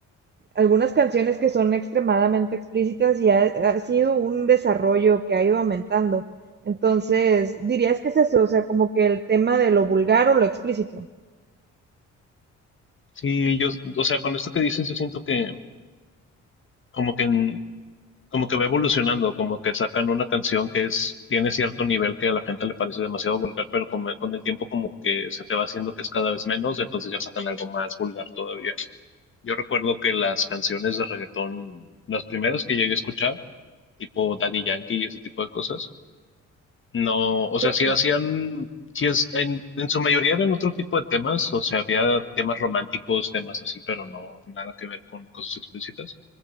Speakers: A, on the right; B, on the left.
A: algunas canciones que son extremadamente explícitas y ha, ha sido un desarrollo que ha ido aumentando. Entonces, dirías que es eso, o sea, como que el tema de lo vulgar o lo explícito.
B: Sí, yo, o sea, con esto que dices, yo siento que como que en- como que va evolucionando, como que sacan una canción que es, tiene cierto nivel que a la gente le parece demasiado vulgar, pero con, con el tiempo como que se te va haciendo que es cada vez menos, entonces ya sacan algo más vulgar todavía. Yo recuerdo que las canciones de reggaetón, las primeras que llegué a escuchar, tipo Daddy Yankee y ese tipo de cosas, No, o
A: Sí,
B: sea, sí
A: sí.
B: hacían, sí es, en, en su mayoría eran otro tipo de temas, o sea, había temas románticos, temas así, pero no, nada que ver con cosas explícitas.